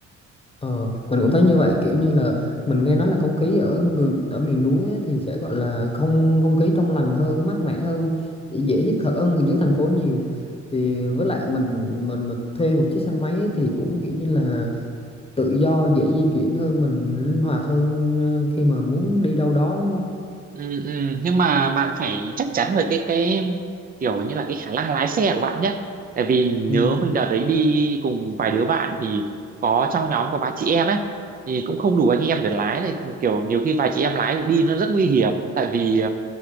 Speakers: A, on the left; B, on the right.
A: ờ, mình cũng thấy như vậy kiểu như là mình nghe nói là không khí ở người ở miền núi á thì sẽ gọi là không không khí trong lành hơn mát mẻ hơn dễ hít thở hơn dưới thành phố nhiều thì với lại mình mình mình thuê một chiếc xe máy thì cũng kiểu như là tự do dễ di chuyển hơn mình linh hoạt hơn ờ, khi mà muốn đi đâu đó đúng không
B: ừ, ừ. nhưng mà bạn phải chắc chắn về cái cái kiểu như là cái khả năng lái xe của bạn nhé tại vì nhớ
A: ừ.
B: mình đợt đấy đi cùng vài đứa bạn thì có trong nhóm có vài chị em ấy thì cũng không đủ anh em để lái này kiểu nhiều khi vài chị em lái thì đi nó rất nguy hiểm tại vì